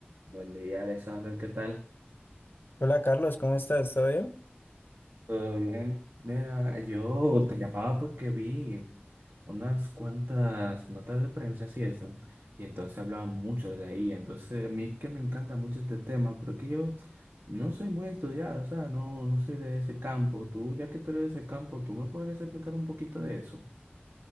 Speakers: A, on the right; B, on the left.
A: Buen día, Alexander, ¿qué tal?
B: Hola Carlos, ¿cómo estás? ¿Todo bien?
A: Todo bien. Mira, yo te llamaba porque vi unas cuantas notas de prensa y eso, y entonces hablaban mucho de la IA. Entonces, a mí que me encanta mucho este tema, pero que yo no soy muy estudiado, o sea, no, no soy de ese campo. Tú, ya que tú eres de ese campo, tú me podrías explicar un poquito de eso.